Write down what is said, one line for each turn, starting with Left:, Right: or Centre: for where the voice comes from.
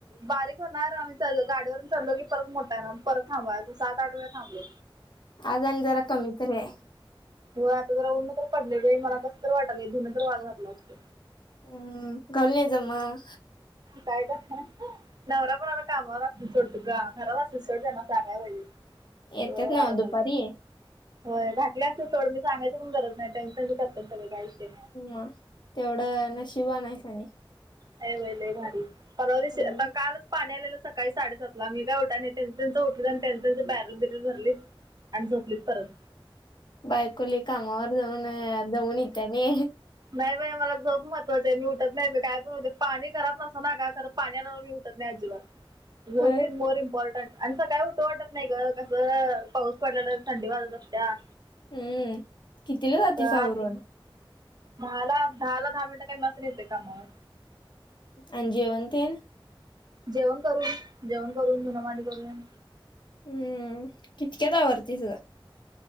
Right: बारीक होणार आम्ही चालो गाडीवर चालो की परत मोठा आहे ना परत थांबावाय अस सात आठ वेळा थांबलो.
Left: आज आणि जरा कमी तर हाय.
Right: हो आता जरा ऊन तर पडलेली मला कस तर वाटलंय थुन तर वाळू घातला असतो.
Left: हम्म घालून ये जा मग.
Right: काय ग <unintelligible> नवरा पण आता कामावर असतो सोड तुझा घरावर असतील सोड त्यांना सांगाय लागली.
Left: येतात
Right: ओ
Left: ना
Right: वाळू
Left: दुपारी
Right: घाला.
Left: आहे
Right: होय घातले असते सोड मी सांगायची पण गरज नाही त्याच त्याच ते करतात सगळे काय विषय नाही.
Left: ह तेवढं नशीब वाण आहेस आणि
Right: लय बाई लय भारी परवा दिवशी
Left: हम्म.
Right: काल पाणी आलेलं सकाळी साडेसातला मी काय उठाने त्यां त्यांचं होटलं आणि त्यांच त्यांं बॅरल बिरल भरली आणि झोपलीत परत.
Left: बायकोली कामावर जाऊन दमून येता बी.
Right: नाही बा मला झोप महत्वची मी उठत नाही काय करून पाणी घरात नस ना का खर पाण्या मी उठत नाही अजिबात. झोप
Left: होय.
Right: Is more important. आणि सकाळी उठू वाटत नाही ग कसं पाऊस पडलेला थंडी वाजत असत्या
Left: हम्म कितीला जाते
Right: तर
Left: आवरण.
Right: आत दहाला दहाला दहा मिनिटं कमी असताना येतो कामा वर
Left: अन जेवण तीन.
Right: जेवण करून जेवण करून धून भाडी करून
Left: हम्म कितक्यात आवरते तुझ.